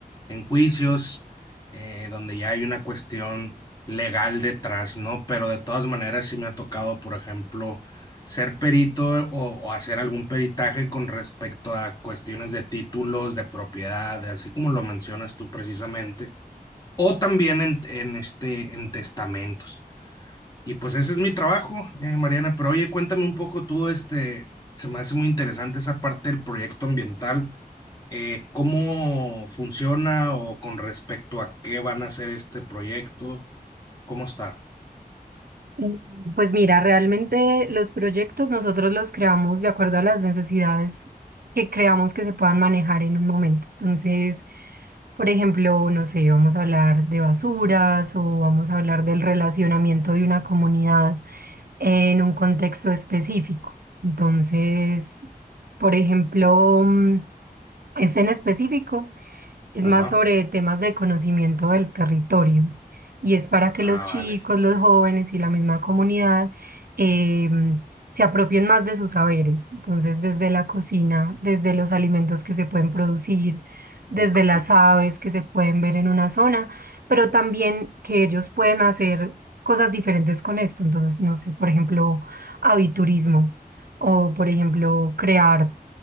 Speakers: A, on the left (about 25°); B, on the right (about 70°).
A: en juicios, eh, donde ya hay una cuestión legal detrás, ¿no? Pero de todas maneras sí me ha tocado, por ejemplo, ser perito o, o hacer algún peritaje con respecto a cuestiones de títulos, de propiedad, de- así como lo mencionas tú precisamente, o también en, en este, en testamentos. Y pues ese es mi trabajo, eh, Mariana. Pero oye, cuéntame un poco tú, este, se me hace muy interesante esa parte del proyecto ambiental. Eh, ¿cómo funciona o con respecto a qué van a hacer este proyecto? ¿Cómo está?
B: Mm, Pues mira, realmente los proyectos nosotros los creamos de acuerdo a las necesidades que creamos que se puedan manejar en un momento. Entonces, por ejemplo, no sé, vamos a hablar de basuras o vamos a hablar del relacionamiento de una comunidad en un contexto específico. Entonces, por ejemplo, mm, este en específico es
A: Ajá.
B: más sobre temas de conocimiento del territorio y es para
A: Ah,
B: que los chicos,
A: vale.
B: los jóvenes y la misma comunidad em, se apropien más de sus saberes. Entonces, desde la cocina, desde los alimentos que se pueden producir, desde
A: Ok,
B: las aves que se pueden ver en una zona, pero también que ellos pueden hacer cosas diferentes con esto. Entonces, no sé, por ejemplo, aviturismo. O, por ejemplo, crear